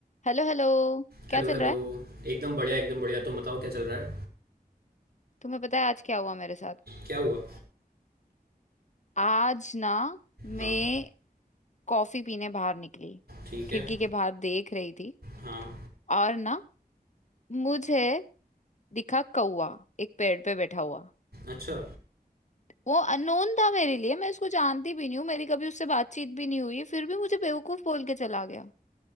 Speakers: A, on the left; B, on the right.
A: Hello hello
B: Hello
A: क्या चल
B: hello
A: रहा है
B: एकदम बढ़िया एकदम बढ़िया तुम बताओ क्या चल रहा है
A: तुम्हें पता है आज क्या हुआ मेरे साथ
B: क्या हुआ
A: आज ना मैं
B: हाँ
A: कॉफी पीने बाहर निकली
B: ठीक
A: खिड़की
B: है
A: के बाहर देख रही थी
B: हाँ
A: और ना मुझे दिखा कौवा एक पेड़ पे बैठा हुआ
B: अच्छा
A: वो अननोन था मेरे लिए मैं उसको जानती भी नहीं हूँ मेरी कभी उससे बातचीत भी नहीं हुई फिर भी मुझे बेवकूफ बोल के चला गया